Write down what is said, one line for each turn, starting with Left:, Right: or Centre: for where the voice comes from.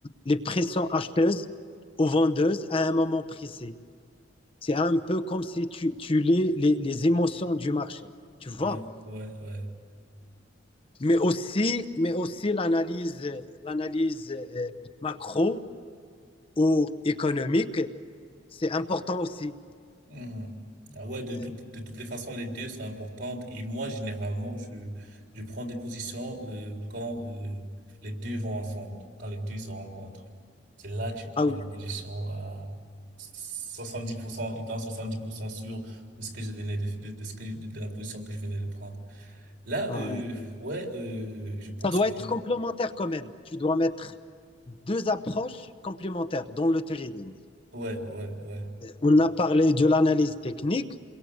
Left: les pressions acheteuses ou vendeuses à un moment précis. C'est un peu comme si tu, tu lis les, les émotions du marché, tu vois.
Right: Ouais, ouais, ouais.
Left: Mais aussi, mais aussi l'analyse, l'analyse euh, macro ou économique, c'est important aussi.
Right: Mhm. Ah ouais, de
Left: Euh,
Right: toutes de toutes les façons, les deux sont importantes. Et moi, généralement, je, je prends des positions euh, quand euh, les deux vont ensemble, quand les deux se rencontrent. C'est là que je prends
Left: ah oui,
Right: des positions à soixante dix pour cent étant soixante dix pour cent sûr de ce que je venais de, de, de ce que, de, la position que je venais de prendre. Là,
Left: ah
Right: euh,
Left: ouais.
Right: ouais, euh, je pense
Left: Ça doit
Right: que...
Left: être complémentaire quand même. Tu dois mettre deux approches complémentaires dans le trading.
Right: Ouais, ouais, ouais.
Left: On a parlé de l'analyse technique,